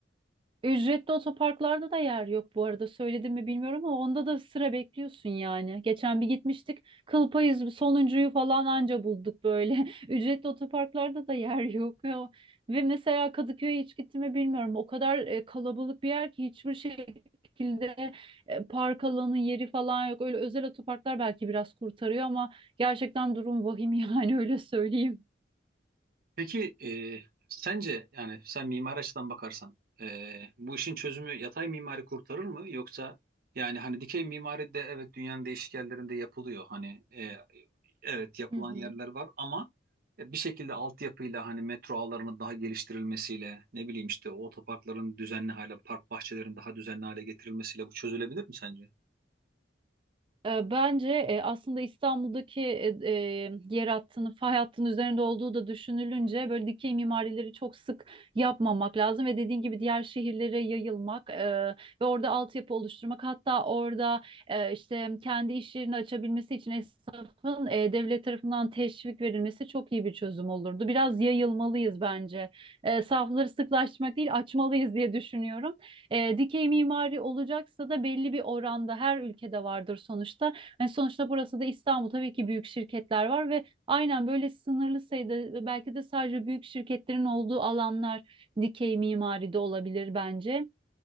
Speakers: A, on the right; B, on the right.
A: Ücretli otoparklarda da yer yok bu arada söyledim mi bilmiyorum ama onda da sıra bekliyorsun yani. Geçen bir gitmiştik kıl payı sonuncuyu falan anca bulduk böyle. <laughs> Ücretli otoparklarda da yer yok. Ya. Ve mesela Kadıköy'e hiç gittim mi bilmiyorum. O kadar e, kalabalık bir yer ki hiçbir şekilde e, park alanı yeri falan yok. Öyle özel otoparklar belki biraz kurtarıyor ama gerçekten durum vahim <laughs> yani öyle söyleyeyim.
B: Peki e, sence yani sen mimari açıdan bakarsan e, bu işin çözümü yatay mimari kurtarır mı yoksa yani hani dikey mimari de evet dünyanın değişik yerlerinde yapılıyor hani e, evet yapılan
A: Hı hı.
B: yerler var ama e, bir şekilde altyapıyla hani metro ağlarının daha geliştirilmesiyle ne bileyim işte o otoparkların düzenli hale park bahçelerinin daha düzenli hale getirilmesiyle bu çözülebilir mi sence?
A: E, Bence e, aslında İstanbul'daki e, e, yer hattının, fay hattının üzerinde olduğu da düşünülünce böyle dikey mimarileri çok sık yapmamak lazım ve dediğin gibi diğer şehirlere yayılmak e, ve orada altyapı oluşturmak hatta orada e, işte kendi iş yerini açabilmesi için esnafın e, devlet tarafından teşvik verilmesi çok iyi bir çözüm olurdu. Biraz yayılmalıyız bence. E, safları sıklaştırmak değil açmalıyız diye düşünüyorum. E, dikey mimari olacaksa da belli bir oranda her ülkede vardır sonuçta. Hani sonuçta burası da İstanbul tabii ki büyük şirketler var ve aynen böyle sınırlı sayıda belki de sadece büyük şirketlerin olduğu alanlar dikey mimari de olabilir bence.